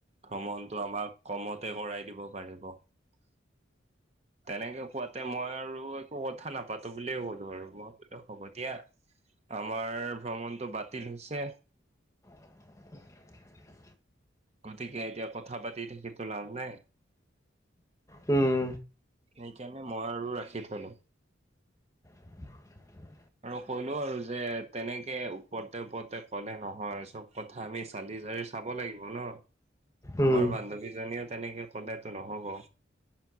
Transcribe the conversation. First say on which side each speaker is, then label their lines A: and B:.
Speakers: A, on the right; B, on the left.
A: ভ্ৰমণটো আমাক কমতে কৰাই দিব পাৰে। ক <unintelligible> তেনেকে কোৱাতে মই আৰু একো কথা নাপাতো বুলিয়ে ক'লো, আৰু মই বোলো হ'ব দিয়া। আমাৰ ভ্ৰমণটো বাতিল হৈছে।
B: <inaudible>
A: গতিকে এতিয়া কথা পাতি থাকি তো লাভ নাই।
B: উম।
A: সেইকাৰণে, মই আৰু ৰাখি থ'লো।
B: <inaudible>
A: আৰু কৰিলো আৰু যে তেনেকে ওপৰতে ওপৰতে ক'লে নহয় চব কথা আমি চালি দিযাৰি চাব লাগিব ন।
B: উম
A: তোমাৰ বান্ধৱীজনীয়েও তেনেকে কলেতো নহ'ব।